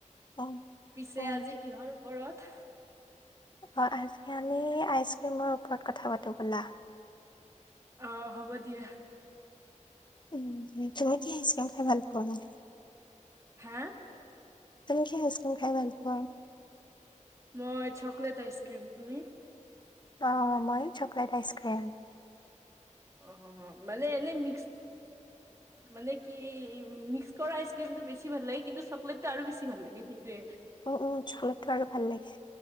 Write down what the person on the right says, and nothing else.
পিছে
আজি কিহৰ ওপৰত
অ, হ'ব দিয়া।
হা?
মই চকলেট আইসক্ৰীম তুমি?
অ মানে এনেই মিক্সস মানে কি মিক্স কৰা আইচক্ৰীমটো বেছি ভাল লাগে। কিন্তু চকলেটটো আৰু বেছি ভাল লাগে সেইটোৱে।